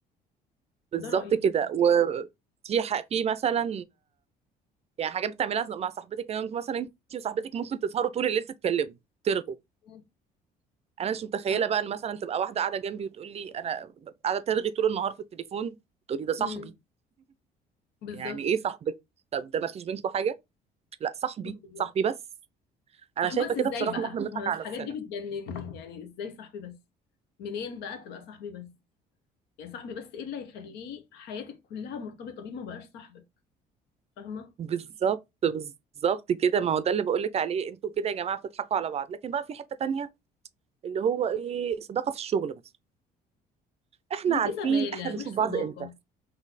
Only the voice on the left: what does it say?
ده رأيي
مم.
صح
امم بالظبط
بالظبط
صح
بس
ازاي
بقى
ما انا الحاجات
دي بتجنني يعني ازاي صاحبي بس منين بقى تبقى صاحبي بس يعني صاحبي بس ايه اللي هيخليه حياتك كلها مرتبطة بيه ما بقاش صاحبك فاهمة
ما هي
دي زمالة
مش صداقة